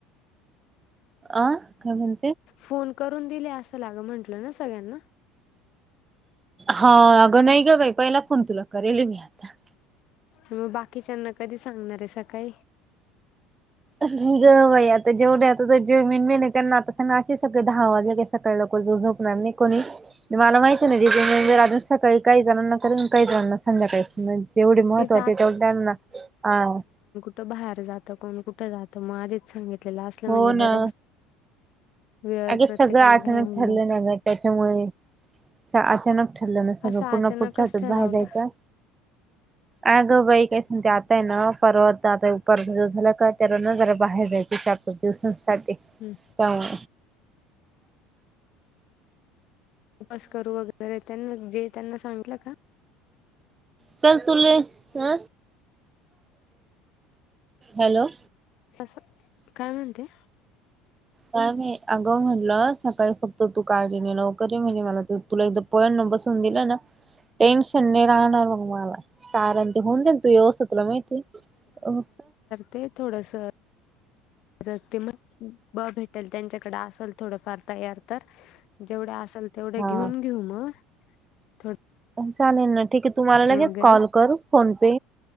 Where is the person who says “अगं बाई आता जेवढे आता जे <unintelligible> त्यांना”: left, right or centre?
Right